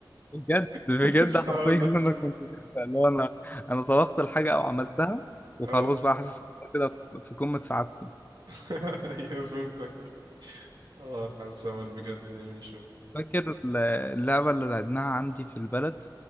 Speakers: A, on the left; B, on the right.
A: بجد بجد
B: <laughs> لسه
A: حرفيا
B: هقول
A: <laughs>
B: لك
A: إن انا كنت كده اللي هو انا انا طبخت الحاجه او عملتها وخلاص
B: اه
A: بقى حاسس إن أنا كده في قمه سعادتي
B: <laughs> ايوه فهمتك اه على الزمن بجد يا ميشو
A: فاكر اللعبه اللي لعبناها عندي في البلد